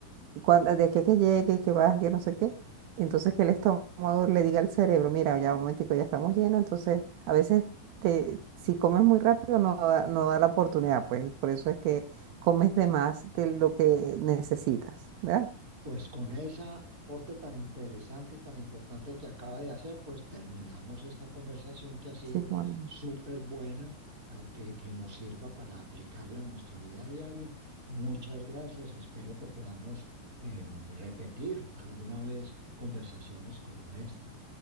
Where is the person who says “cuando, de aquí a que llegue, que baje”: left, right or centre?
Right